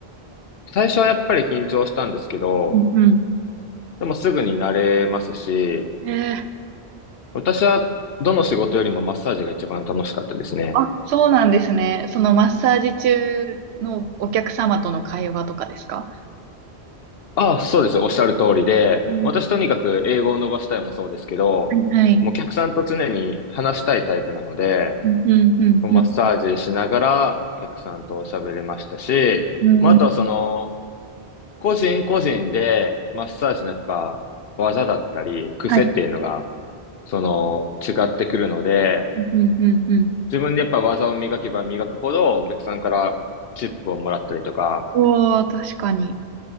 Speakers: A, on the left; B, on the right.
A: 最初はやっぱり緊張したんですけど、
B: うんうん。
A: でもすぐに慣れますし、
B: えー、
A: 私はどの仕事よりもマッサージが一番楽しかったですね。
B: あ、そうなんですね。そのマッサージ中のお客様との会話とかですか
A: ああ、そうです。おっしゃる通りで、
B: うん
A: 私とにかく英語を伸ばしたいもそうですけど、
B: うんはい。
A: もうお客さんと常に話したいタイプなので、
B: うん、うん、うん、
A: もうマッサージしながらお客さんと喋れましたし、
B: うん、うん、
A: まあ、あとはその、個人個人でマッサージのやっぱ技だったり、癖っていうのが、
B: はい。
A: その、違ってくるので、
B: うん、うん、うん。
A: 自分でやっぱ技を磨けば磨くほどお客さんからチップをもらったりとか、
B: うわー、確かに。